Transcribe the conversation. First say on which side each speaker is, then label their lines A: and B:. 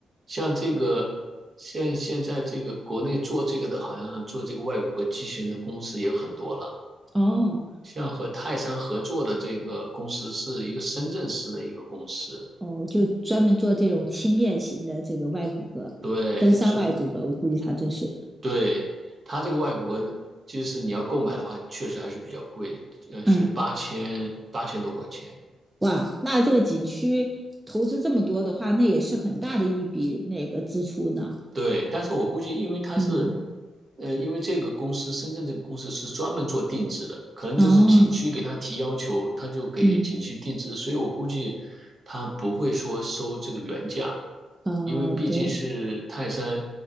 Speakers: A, on the right; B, on the right.
A: 像这个现现在这个国内做这个的，好像做这个外国和机器人的公司也很多了。
B: 哦
A: 像和泰山合作的这个公司是一个深圳市的一个公司，
B: 哦，就专门做这种轻便型的这个外骨骼，
A: 对，
B: 登山外骨骼，
A: 所以
B: 我估计他这是，
A: 对它这个外国就是你要购买的话，确实还是比较贵，呃，
B: 嗯。
A: 是八千八千多块钱。
B: 哇，那这个景区投资这么多的话，那也是很大的一笔那个支出呢。
A: 对，但是我估计，因为他是，
B: 嗯，
A: 呃，因为这个公司，深圳这个公司是专门做定制的，可能就是景区给他提要求，
B: 哦，
A: 他就给景区定制，
B: 嗯，
A: 所以我估计他不会说收这个原价，
B: 呃，
A: 因为毕竟是泰山，
B: 对，